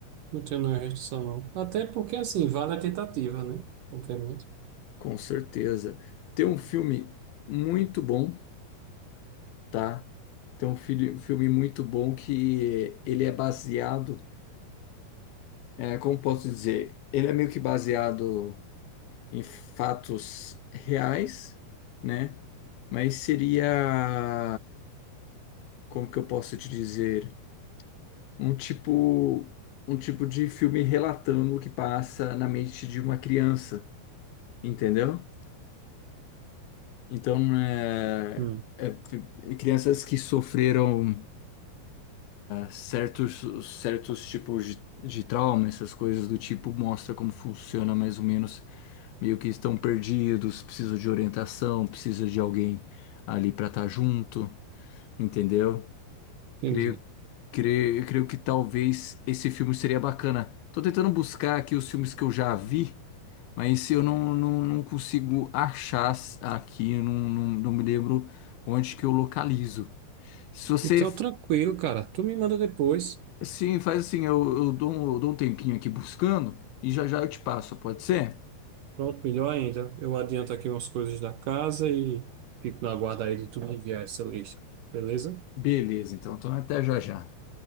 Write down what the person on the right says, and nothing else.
não tenho nenhuma restrição, não. Até porque, assim, vale a tentativa, né? Obviamente.
Hum,
entendi.
Então, tranquilo, cara. Tu me manda depois.
Pronto, melhor ainda. Eu adianto aqui umas coisas da casa e fico na guarda aí de tu me enviar essa lista. Beleza?